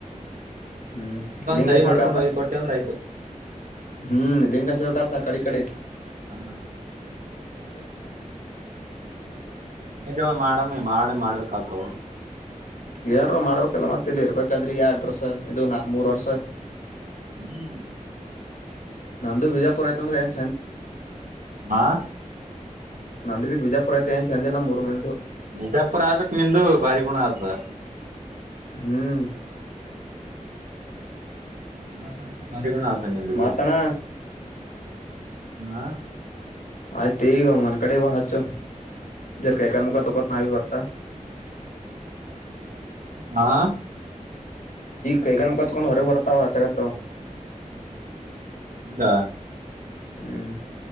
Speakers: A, on the left (about 85°); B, on the right (about 85°).
A: ಹ್ಮ್ ಲಿಂಗಂಗ
B: ಸಹಿ
A: ಶಕ
B: ಮಾಡ್ಕೊಂಡು ಒಯ್ದು ಕೊಟ್ಟೆ ಅಂದ್ರೆ ಆಯ್ತು
A: ಹ್ಮ್ ಲಿಂಗ ಚಳಕತ ಕಡಿ ಕಡೆ
B: ಹಾ
A: ಎಂತಯಾ
B: ನಿಜೇ ಒನ್ ಮಾಡಮ್ಮಿ ಮಾಡ ಮಾಡ್ಬೇಕಗ್ತವ
A: ಏನ ಮಾಡ್ಬೇಕಲ್ಲ ಮತ್ತ ಇಲ್ಲಿ ಇರ್ಬೇಕಾದ್ರಿ ಎರಡ್ ವರ್ಷ ಇದು ನಾ ಮೂರ್ ವರ್ಷ
B: ಹ್ಮ್
A: ನಂದು ಬಿಜಾಪುರ ಆಯ್ತ ಅಂದ್ರ ಏನ್
B: ಹಾ
A: ನಂದ ಬಿ ಬಿಜಾಪುರ ಐತೆ ಏನ್ ಚೆಂದಿಲ್ಲ ಮೂರು ಮಂದ
B: ಬಿಜಾಪುರ ಆಗ್ಬೇಕು ನಿಂದು ಭಾರಿ ಗುಣ ಆತ
A: ಹ್ಮ್
B: <unintelligible>
A: ಮಾತಣ
B: ಹ
A: ಆಯ್ತ ಈಗ ಮನ್ ಕಡೆ ಬತ್ ಜ ಕೈಕಲ್ ಮುಕ ತುಕತ ನಾವ ವರ್ತಾ
B: ಹಾ
A: ಕೈಕ ಮುಖತ್ ಕೊಂದು ಹೊರ ಬರ್ತಾವ ಹಚಾಗತ್ತು
B: ಹಿಂಗ
A: ಹ್ಮ್